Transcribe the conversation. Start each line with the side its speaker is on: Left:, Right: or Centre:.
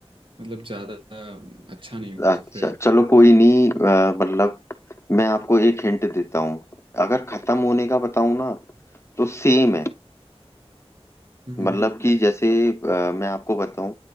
Right: मतलब ज्यादा अम, अच्छा नहीं हो
Left: अच्छा
Right: तो फिर आप
Left: चलो कोई नहीं अ, मतलब मैं आपको एक हिंट देता हूँ अगर खत्म होने का बताऊँ ना तो सेम है
Right: हम्म
Left: मतलब कि जैसे अ, मैं आपको बताऊँ